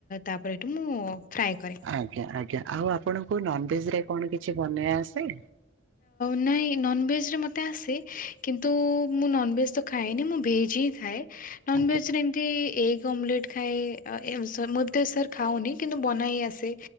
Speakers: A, on the left (about 45°); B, on the right (about 70°).
A: ତାପରେ ଏଇଠୁ ମୁଁ ଫ୍ରାଏ କରେ।
B: ଆଜ୍ଞା ଆଜ୍ଞା ଆଉ ଆପଣଙ୍କୁ ନନଭେଜ ରେ କଣ କିଛି ବନେଇ ଆସେ?
A: ନାଇଁ ନନ୍ଭେଜ୍ରରେ ମତେ ଆସେ କିନ୍ତୁ ମୁଁ ନନ୍ଭେଜ୍ ତ ଖାଏନି ମୁଁ ଭେଜ୍ ହିଁ ଖାଏ। ନନ
B: ଆଜ୍ଞା
A: ଭେଜରେ ଏମେ୍ ଏଗ୍ ଅମଲେଟ୍ ଖାଏ ଆଉ ଏମ୍ ସାର୍ ମେତେ ସାର୍ ଖାଉନି କିନ୍ତୁ ବନାଇ ଆସେ?